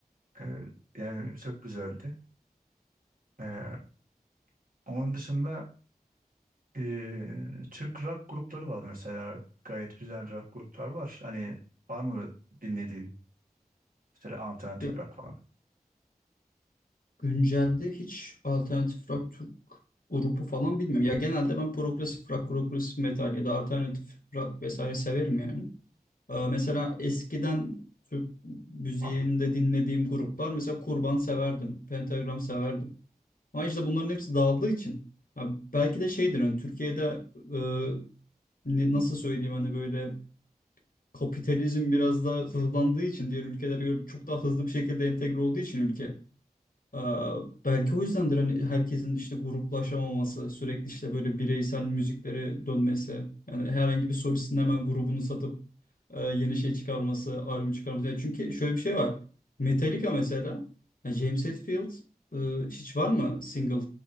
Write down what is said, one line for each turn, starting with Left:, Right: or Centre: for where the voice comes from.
Right: E, yani çok güzeldi. E, onun dışında Ee, Türk rock grupları var mesela. Gayet güzel rock gruplar var. Hani var mı dinlediğin mesela alternatif
Left: Ya
Right: rock falan?
Left: güncelde hiç alternatif rock Türk grubu falan bilmiyorum. Ya genelde ben progresif rock, progresif metal ya da alternatif rock vesaire severim yani. E, mesela eskiden Türk müziğinde
Right: Ah,
Left: dinlediğim gruplar mesela Kurban severdim, Pentagram severdim. Ama işte bunların hepsi dağıldığı için. Ya belki de şeydir hani Türkiye'de e, ne- nasıl söyleyeyim hani böyle kapitalizm biraz daha hızlandığı için diğer ülkelere göre çok daha hızlı bir şekilde entegre olduğu için ülke. Ee, belki o yüzdendir hani herkesin işte gruplaşamaması, sürekli işte böyle bireysel müziklere dönmesi. Yani herhangi bir solistin hemen grubunu satıp e, yeni şey çıkarması, albüm çıkarması. Yani çünkü şöyle bir şey var. Metallica mesela, yani James Hetfield e, hiç var mı single